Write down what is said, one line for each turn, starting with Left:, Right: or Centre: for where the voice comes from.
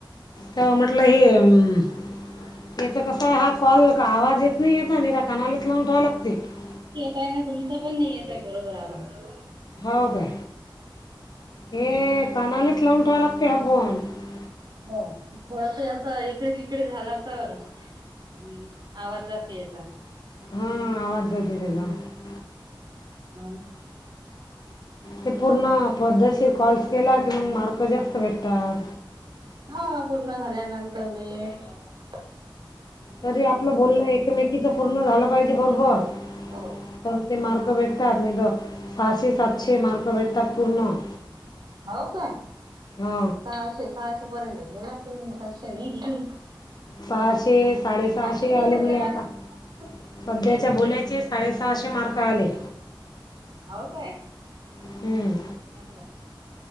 Left: तर म्हटलं हे <unintelligible> याचा कस आहे हा कॉल आवाज येत नाही यता निरा कना लाून राव लागते <unintelligible>
Right: काय ना तुमचा पण नाही येत आहे बरोबर हवा <unintelligible>
Left: हो काय हे कानालाच लावून ठेवा लागते हा फोन <unintelligible>
Right: हो थोडस असं इकडे तिकडे झाला तर हम्म आवाज जाते यता <unintelligible>
Left: हा आवाज जोतीर आहे का <unintelligible>
Right: हो
Left: ते पूर्ण पद्धशीर कॉल्स केला की मग मार्क जास्त भेटतात <unintelligible>
Right: हा पूर्ण झाल्यानंतर मी <unintelligible>
Left: कधी <unintelligible> आपलं बोलणं एकमेकीच पूर्ण झालं पाहिजे बरोबर
Right: हो
Left: तर ते मार <unintelligible> मारक भेट्ट साश साते मार्क भेट्टात पूर्ण <unintelligible>
Right: हो काय
Left: हा
Right: सहाशे सहाशे पर्यंत <unintelligible> एला तीन सस्याने <unintelligible>
Left: सहाशे साडेसहाशे
Right: नाही
Left: आले
Right: होऊ द्यायला
Left: म्हले आता
Right: का पुन्हा म्हणतात.
Left: सध्याच्या भोल्याचेच <unintelligible> साडेसहाशे मार्क आले
Right: हो का
Left: हम्म
Right: <unintelligible>